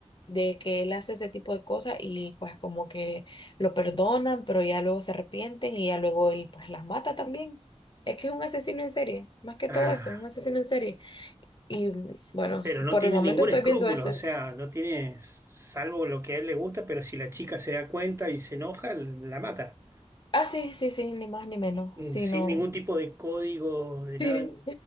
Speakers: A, on the left (about 40°); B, on the right (about 25°).
A: de que él hace ese tipo de cosas y pues como que lo perdonan, pero ya luego se arrepienten y ya luego él pues las mata también. Es que es un asesino en serie, más que
B: Ah,
A: todo eso, es un asesino en serie. Y bueno,
B: pero no
A: por
B: tiene
A: el momento
B: ningún
A: estoy
B: escrúpulo,
A: viendo esa.
B: o sea, no tiene, salvo lo que a él le gusta, pero si la chica se da cuenta y se enoja, la mata.
A: Ah, sí, sí, sí, ni más ni menos,
B: Mm,
A: sino
B: Sin ningún tipo de código,
A: <laughs>
B: de
A: sí,
B: nada.